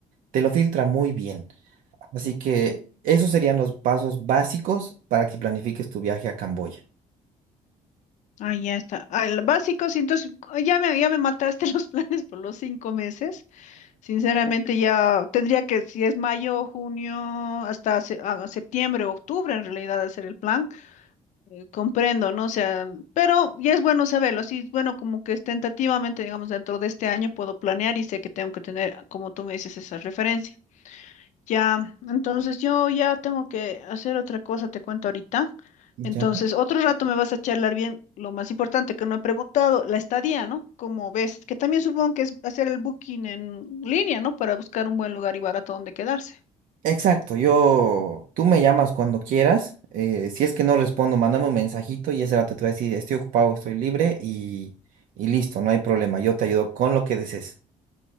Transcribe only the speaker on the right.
te lo filtra muy bien. Así que esos serían los pasos básicos para que planifiques tu viaje a Camboya.
Ya.
Exacto, yo, tú me llamas cuando quieras. eh, si es que no respondo, mándame un mensajito y ese rato te voy a decir, estoy ocupado, estoy libre y, y listo, no hay problema. Yo te ayudo con lo que desees.